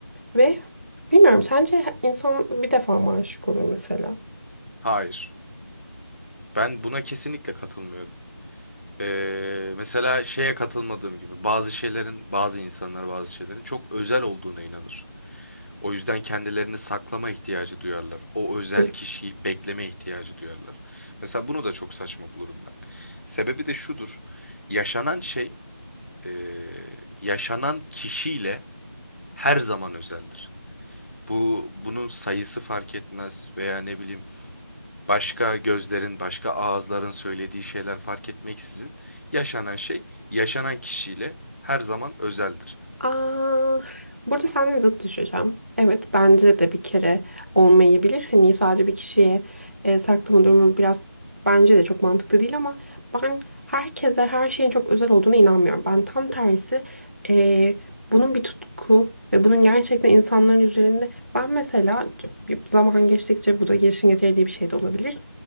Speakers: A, on the right; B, on the left.
A: ve bilmiyorum sence insan bir defa mı aşık olur mesela?
B: Hayır. Ben buna kesinlikle katılmıyorum. Ee, mesela şeye katılmadığım gibi bazı şeylerin bazı insanlar bazı şeylerin çok özel olduğuna inanır. O yüzden kendilerini saklama ihtiyacı duyarlar. O özel
A: Hı.
B: kişiyi bekleme ihtiyacı duyarlar. Mesela bunu da çok saçma bulurum ben. Sebebi de şudur. Yaşanan şey ee, yaşanan kişiyle her zaman özeldir. Bu bunun sayısı fark etmez veya ne bileyim başka gözlerin, başka ağızların söylediği şeyler fark etmeksizin yaşanan şey yaşanan kişiyle her zaman özeldir.
A: Aa, burada seninle zıt düşeceğim. Evet bence de bir kere olmayabilir. Hani sadece bir kişiye e, saklama durumu biraz bence de çok mantıklı değil ama ben herkese her şeyin çok özel olduğuna inanmıyorum. Ben tam tersi e, bunun bir tutku ve bunun gerçekten insanların üzerinde ben mesela bir zaman geçtikçe bu da gelişim getirdiği bir şey de olabilir.